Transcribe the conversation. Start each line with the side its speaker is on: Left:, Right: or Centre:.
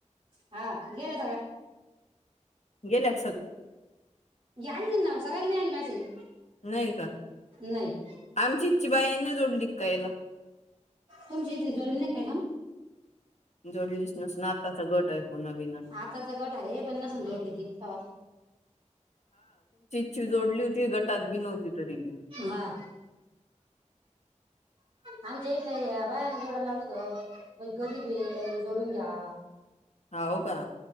Right: हा गेल्या
Left: गेला
Right: याल नव ना सगल्याला नाही आले मेसेज
Left: नाही का
Right: नाही.
Left: आमचीची बाई नाही जोडली काय ह्याला?
Right: तुमची इथली जेवली नाही काय कोण?
Left: जोडलीस नसून आत्ताचा गट आहे. तो नवीन
Right: आताचा गट आहे हे पन्नासून जोडली ती त
Left: ची जोडली होती गटात बी नवती ते तरीबी
Right: हा. आमच्या इथला या बायाना जोडायला लावलोतो व्हय गरीब ये लई जोडून घ्या.
Left: ह हो का